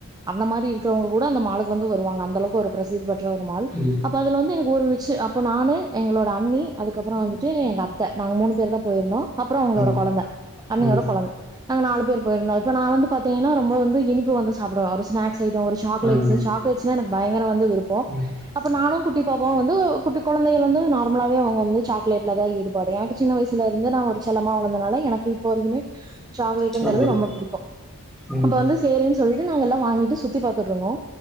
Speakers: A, on the right (about 15°); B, in the centre.
A: அந்த மாரி இருக் கூட அந்த மாளுகு வந்து வருவாங்க அந்த அளவுக்கு ஒரு பிரசித்தி பெற்ற ஒரு மாள்
B: ம்
A: அப்ப அதுல வந்து எனக்கு ஒரு வி சி அப்ப நானு எங்களோட அண்ணி அதுக்கப்புற வந்துட்டு எங்க அத்தை நாங்க மூணு பேர் தா போயிருந்தோ அப்புற அவுங்களோட
B: ம்
A: குழந்த அண்ணியோட
B: ம்
A: குழந்த நாங்க நாலு பேர் போயிருந்தா இப்ப நா வந்து பாத்தீங்கன்ன ரொம்ப வந்து இனிப்பு வந்து சாப்புடுவே ஒரு ஸ்னாக்ஸ் டோ ஒரு சாக்லேட்ஸு
B: ம் ம்
A: சாக்லேட்ஸ்னா எனக்கு பயங்கர வந்து விருப்போ
B: ம்
A: அப்ப நானும் குட்டி பாப்பா வந்து குட்டி கொழந்தைங்க வந்து நார்மலாவே அவங்க வந்து சாக்லேட்ல தா ஈடுபாடு எனக்கு சின்ன வயசுலர்ந்து நா ஒரு செல்லமா வளந்தனால எனக்கு இப்ப வரைக்குமே சாக்லேட்டுங்கறது
B: சாக்லேட்
A: ரொம்ப புடிக்கூ
B: ம்
A: அப்ப வந்து சேரின் சொல்லிட்டு நாங்கெல்லா வாங்கிட்டு சுத் சுத்தி பாத்துட்டு இருந்தோ